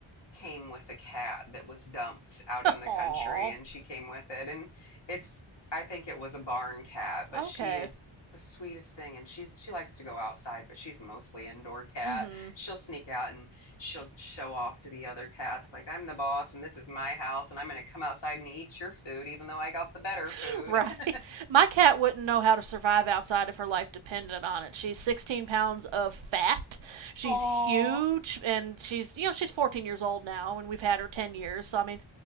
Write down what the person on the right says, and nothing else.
aw,
okay.
Mm-hmm.
<laughs>
Right.
My cat wouldn't know how to survive outside if her life depended on it. She's 16 pounds of fat. She's
huge, and she's you know she's 14 years old now, and we've had her 10 years. So I mean,